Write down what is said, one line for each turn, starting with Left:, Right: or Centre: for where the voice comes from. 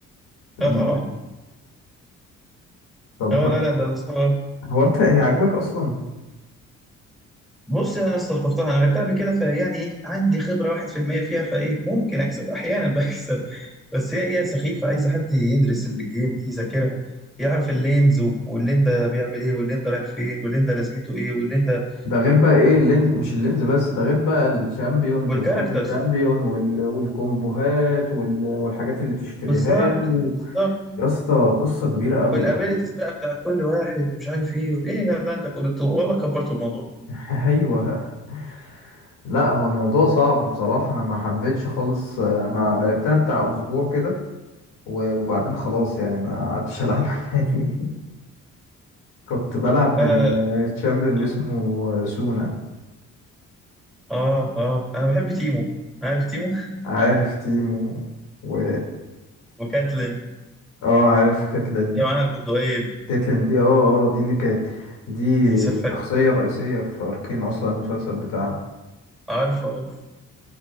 Centre: <laughs> لا
Left: لما
Centre: طبعا
Left: كده. طب
Centre: اه لا لا ده صعب
Left: هو انت هي عاجباك اصلا
Centre: بص انا استلطفتها انا لعبتها قبل كده فيعني ايه عندي خبره 1% فيها فايه ممكن اكسب احيانا <laughs> بكسب بس هي هي سخيفه عايزه حد يدرس الجيم دي يذاكرها يعرف اللينز و- واللين ده بيعمل ايه واللين ده رايح فين واللين ده لازمته ايه واللين ده
Left: ده غير بقى ايه اللينز مش اللينز بس ده غير بقى الشامبيونز
Centre: والكاركترز
Left: وكل تشامبيون وال... والكومبوهات وال... والحاجات اللي تشتريها
Centre: بالظبط
Left: له
Centre: بالظبط
Left: يا اسطى قصة كبيرة قوي
Centre: والابيلتيز
Left: قوي
Centre: بقى بتاعت كل واحد ومش عارف ايه وايه يا جدعان ده كله والله كبرت الموضوع
Left: <laughs> ايوه لا هو الموضوع صعب بصراحة انا ما حبيتش خالص انا لعبتها بتاع اسبوع كده و- وبعدين خلاص يعني ما قعدتش العبها <laughs> تاني كنت بلعب بالشامبيون
Centre: لا لا
Left: اللي
Centre: لا.
Left: اسمه سونا
Centre: اه اه آه. انا بحب تيمو عارف تيمو
Left: عارف تيمو و
Centre: وكاتلين
Left: اه عارف كاتلين
Centre: اللي معاها البندقيه دي
Left: تيتلين دي اه اه دي اللي كانت دي
Centre: دي سفاح
Left: شخصية رئيسية في أركين أصلا المسلسل بتاعه
Centre: عارفه عارفه